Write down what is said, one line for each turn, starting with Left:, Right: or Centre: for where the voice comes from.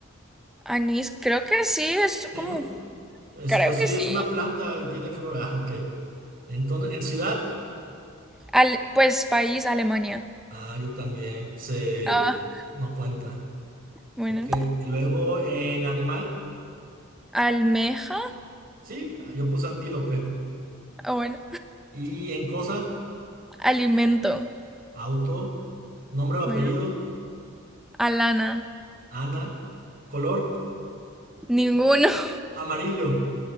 Centre: Anís, creo que sí, es
Right: ¿sí,
Centre: como...
Right: no? Es,
Centre: Creo
Right: pues sí,
Centre: que sí.
Right: es una planta y tiene flor. Ah, ok. Entonces, en ciudad,
Centre: Al... Pues país, Alemania.
Right: ah, yo también, se,
Centre: Ah,
Right: no cuenta,
Centre: Bueno.
Right: ok. Y Luego en animal,
Centre: Almeja.
Right: sí, ah, yo puse antílope.
Centre: Ah, bueno.
Right: Y en cosa,
Centre: Alimento.
Right: auto, nombre o apellido,
Centre: Bueno. Alana.
Right: Ana, color,
Centre: Ninguno. <laughs>
Right: amarillo.